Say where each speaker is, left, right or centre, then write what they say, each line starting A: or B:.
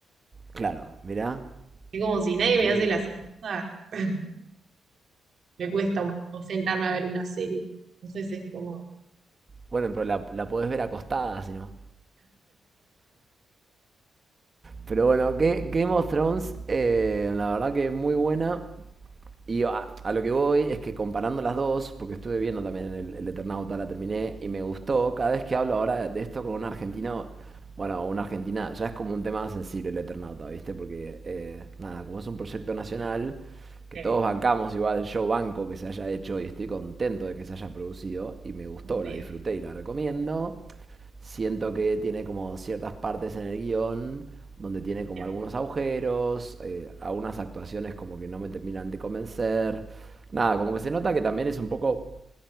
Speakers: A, on the right; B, on the right.
A: claro, mirá.
B: Es como si nadie me
A: Que,
B: hace la segunda, <laughs> me cuesta un poco sentarme a ver una serie. Entonces es como,
A: bueno, pero la, la podés ver acostada, si no. Pero bueno, que Game of Thrones, eh, la verdad que muy buena. Y a, a lo que voy es que comparando las dos, porque estuve viendo también el, el Eternauta, la terminé y me gustó, cada vez que hablo ahora de esto con un argentino, bueno, una argentina, ya es como un tema más sensible el Eternauta, ¿viste? Porque, eh, nada, como es un proyecto nacional, que
B: sí,
A: todos bancamos, igual yo banco que se haya hecho y estoy contento de que se haya producido y me gustó,
B: obvio,
A: la disfruté y la recomiendo. Siento que tiene como ciertas partes en el guión donde tiene como
B: bien,
A: algunos agujeros, eh, algunas actuaciones como que no me terminan de convencer. Nada, como que se nota que también es un poco